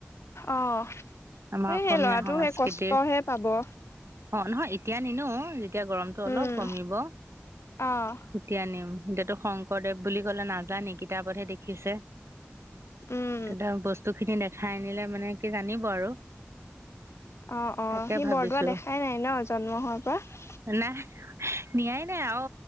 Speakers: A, on the left (about 85°); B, on the right (about 85°).
A: অ' সেই
B: আমাৰ অসমীয়া
A: ল'ৰাটো
B: সংস্কৃতিৰ
A: সেই কষ্টহে পাব।
B: অ' নহয় এতিয়া নিনো, যেতিয়া গৰমতো
A: উম
B: অলপ কমিব।
A: অ'
B: তেতিয়া নিম, এতিয়াতো শংকৰদেৱ বুলি ক'লে নাজানি, কিতাপতহে দেখিছে।
A: উম
B: তেতিয়া বস্তু খিনি দেখাই আনিলে মানে সি জানিব আৰু।
A: অ' অ'
B: তাকে
A: সি
B: ভাবিছো
A: বৰদোৱা দেখাই নাই ন, জন্ম হোৱাৰ পৰা।
B: হয়নে নিয়াই এ আৰু